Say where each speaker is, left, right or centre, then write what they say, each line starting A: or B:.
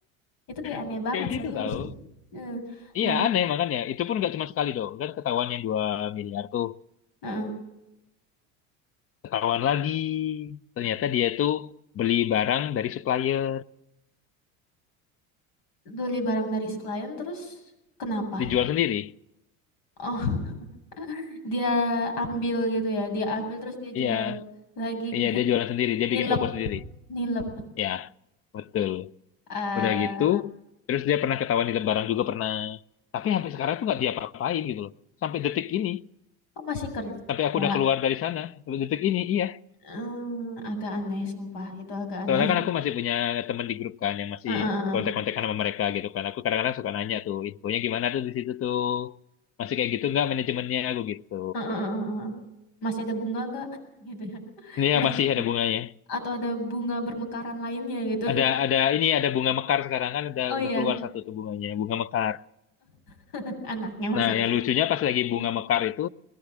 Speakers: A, on the left; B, on the left.
A: Itu kayak aneh
B: <laughs>
A: banget,
B: kayak gitu
A: serius.
B: tahu
A: Heeh.
B: iya
A: Nah,
B: aneh makanya itu pun nggak cuma sekali dong kan ketahuan yang dua miliar tuh
A: heeh.
B: ketahuan lagi ternyata dia tuh beli barang dari supplier
A: Beli barang dari si klien terus kenapa?
B: dijual sendiri
A: Oh, <laughs> dia ambil gitu ya. Dia ambil terus dia
B: Iya,
A: jual lagi
B: iya
A: nih.
B: dia jualan sendiri, dia
A: nilep,
B: bikin toko sendiri.
A: nilep.
B: Ya, betul.
A: eh
B: Udah gitu, terus dia pernah ketahuan di Lebaran juga pernah. Tapi sampai sekarang tuh nggak diapa-apain gitu loh. Sampai detik ini,
A: oh masih kerja.
B: sampai aku udah keluar dari sana, sampai detik ini, iya.
A: Hmm, agak aneh, sumpah. Itu agak aneh.
B: Soalnya kan aku masih punya temen di grup kan yang masih
A: Heeh, heeh,
B: kontak-kontakan sama mereka gitu kan. Aku kadang-kadang suka nanya tuh, infonya gimana tuh di situ tuh. Masih kayak gitu nggak manajemennya aku gitu.
A: heeh, heeh, heeh. Masih ada bunga nggak? <laughs> Gitu ya.
B: Iya,
A: Masih
B: masih ada bunganya.
A: atau ada bunga bermekaran lainnya gitu.
B: Ada ada ini ada bunga mekar sekarang kan udah
A: Oh iya,
B: udah keluar satu tuh bunganya, bunga mekar.
A: <laughs> anaknya maksudnya.
B: Nah, yang lucunya pas lagi
A: Heeh,
B: bunga mekar itu,